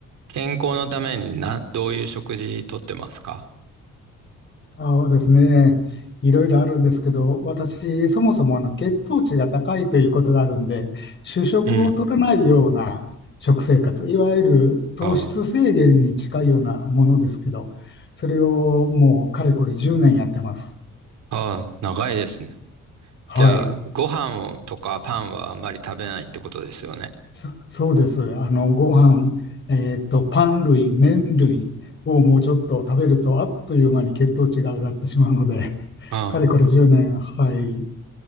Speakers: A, on the right; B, on the left.
A: 健康のためにな、どういう食事とってますか
B: そうですね。いろいろあるんですけど、私、そもそもあの血糖値が高いということがあるんで、主食を取らないような食生活、
A: うん。
B: いわゆる糖質制限に近いようなものですけど、
A: あ
B: それをもうかれこれ10年やってます。
A: あ、ああ、長いですね。
B: はい。
A: じゃあ、ご飯をとかパンはあまり食べないってことですよね。
B: そ、そうです。あの、ご飯、えっと、パン類、麺類をもうちょっと食べると、あっという間に血糖値が上がってしまうので、<laughs>
A: ああ
B: かれこれ10年、はい、